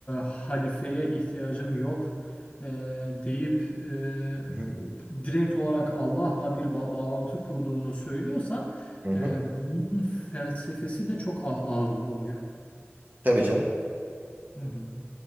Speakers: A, on the left; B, on the right.
A: halifeye ihtiyacım yok e, deyip e,
B: Hı hı,
A: direkt olarak Allah'la bir ba- bağlantı kurduğunu söylüyorsan
B: hı hı.
A: e, bunun felsefesi de çok a- ağır ol- oluyor.
B: Tabii canım.
A: Hı hı.